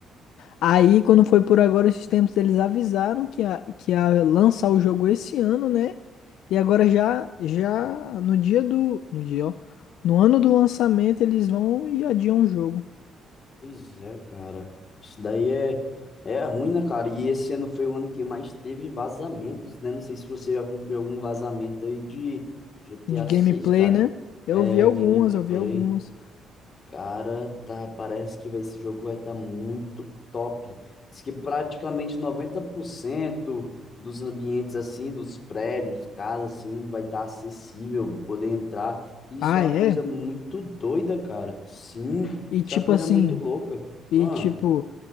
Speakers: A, on the left (about 85°); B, on the left (about 40°).
A: Aí, quando foi por agora esses tempos, eles avisaram que ia, que ia lançar o jogo esse ano, né? E agora já, já no dia do, no dia, ó, no ano do lançamento eles vão e adiam o jogo
B: Pois é, cara. Isso daí é, é ruim, né, cara? E esse ano foi o ano que mais teve vazamentos, né? Não sei se você já cumpriu algum vazamento aí de GTA
A: de
B: seis
A: gameplay,
B: cara.
A: né? Eu
B: É,
A: vi algumas,
B: gameplay.
A: eu vi algumas.
B: Cara, tá, parece que vai, esse jogo vai estar muito top. Diz que praticamente 90% dos ambientes assim, dos prédios, casas assim, vai estar acessível, poder entrar. Isso
A: Ah,
B: é uma
A: é?
B: coisa muito doida, cara. Sim,
A: E
B: isso
A: tipo
B: é uma coisa
A: assim,
B: muito louca.
A: e
B: Ah,
A: tipo,